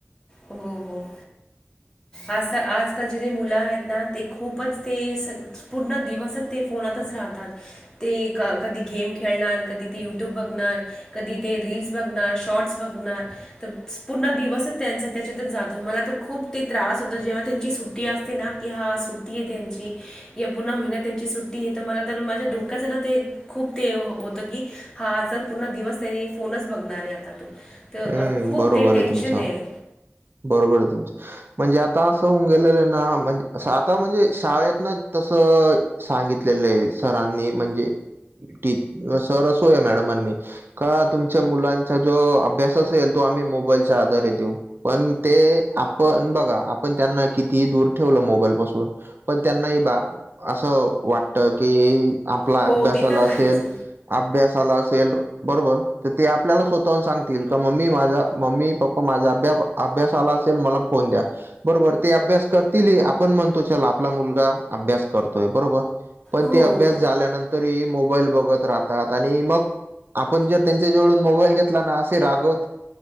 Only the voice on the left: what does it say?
हो हो आज आजकालचे जे मुलं आहेत ना ते खूपच ते पूर्ण दिवसच ते फोनातच राहतात ते क कधी गेम खेळणार, कधी ते यूट्यूब बघणार कधी ते रीलस बघणार, शॉर्टस बघणार, तर पूर्ण दिवसच त्यांचा त्याच्यातच जातो मला तर खूप ते त्रास होतो जेव्हा त्यांची सुट्टी असते ना की हा सुट्टी आहे त्यांची या पुन्हा महिन्यात त्यांची सुट्टी तर मला तर माझ्या डोक्याच ना ते खूप ते होत की हा आच पूर्ण दिवस त्यांनी फोनच बघणार आहे आता तो
खूप
ते टेन्शन
आहे
हो
ते तर
आहेच
हो